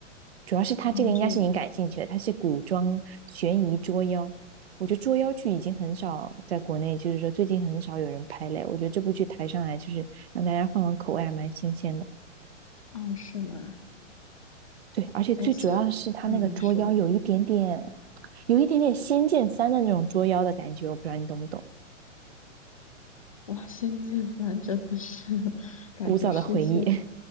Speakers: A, on the right; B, on the left.
A: 主要是他这个应该是你感兴趣的，
B: 啊，这个，
A: 他是古装悬疑捉妖，我觉得捉妖剧已经很少在国内，就是说最近很少有人拍嘞。我觉得这部剧抬上来就是让大家换换口味，还蛮新鲜的。
B: 啊，是吗？
A: 对，而且最主要的是他那个捉妖有一点点，
B: 哎，所以，嗯，你说。
A: 有一点点《仙剑三》的那种捉妖的感觉，我不知道你懂不懂。
B: 哇，《仙剑三》真的是 <laughs>，感觉是一些
A: 古早的回忆。<laughs>